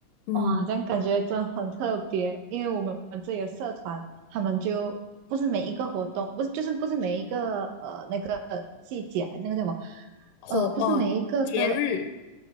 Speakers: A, on the left; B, on the right.
A: 嗯，
B: 哇，这样感觉真的很特别，因为我们这里的社团，他们就不是每一个活动，不是就是不是每一个呃那个季节，那个叫什么，
A: 活哦，
B: 呃，不是每一个的
A: 节日，